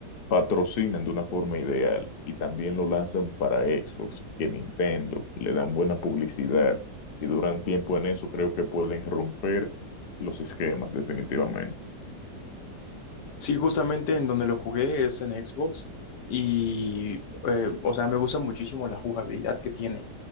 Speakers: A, on the left; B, on the left.
A: patrocinan de una forma ideal, y también lo lanzan para Xbox, que Nintendo, le dan buena publicidad, y duran tiempo en eso, creo que pueden romper los esquemas definitivamente.
B: Sí, justamente en donde lo jugué es en Xbox y, eh, o sea, me gusta muchísimo la jugabilidad que tiene.